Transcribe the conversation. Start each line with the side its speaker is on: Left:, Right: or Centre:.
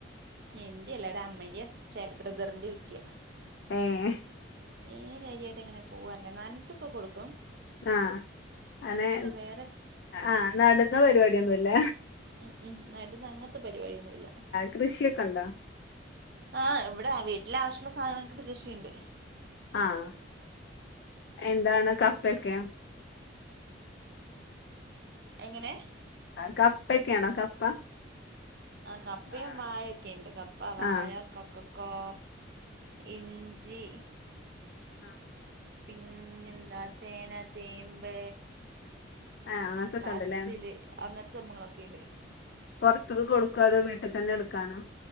Right: എന്റെ അല്ലട അമ്മന്റെ ച ബ്രദറിന്റെ ഒക്കയാ.
Left: ഏഹ്
Right: ഏ കാര്യമായിട്ട് എങ്ങനെ പോകല്ലേ നനച്ചൊക്കെ കൊടുക്കും.
Left: ആഹ് അനെ
Right: അല്ലാണ്ട് വേറെ
Left: ആഹ് നടന്ന പരിപാടിയോന്നുംല്ല?
Right: ഉം ഉം നട്ന്ന അങ്ങത്തെ പരിപാടിയൊന്നുമല്ല.
Left: കൃഷിയൊക്കെ ഉണ്ടോ?
Right: ആഹ് ഇവിടെ വീട്ടിലെ ആവശ്യമുള്ള സാധനങ്ങൾക്കത് കൃഷിയുണ്ട്.
Left: ആഹ് എന്താണ് കപ്പെക്കെ?
Right: എങ്ങനെ?
Left: കപ്പക്കെയാണോ കപ്പ.
Right: ആ കപ്പയും
Left: ആഹ്
Right: വാഴൊക്കെണ്ട് കപ്പ വാഴ
Left: ആഹ്
Right: കക്കക്കോ. ഇഞ്ചി.
Left: ആഹ്
Right: പിന്നെന്താ ചേന ചേമ്പ്.
Left: ആഹ് അങ്ങനത്തൊക്കെ
Right: കാച്ചില്
Left: ഉണ്ടല്ലേ.
Right: അങ്ങനത്തെ സംഭങ്ങളൊക്കണ്ട്.
Left: പൊർത്തുക്ക് കൊടുക്കോ അതോ വീട്ടിൽ തന്നെ എടുക്കാനോ?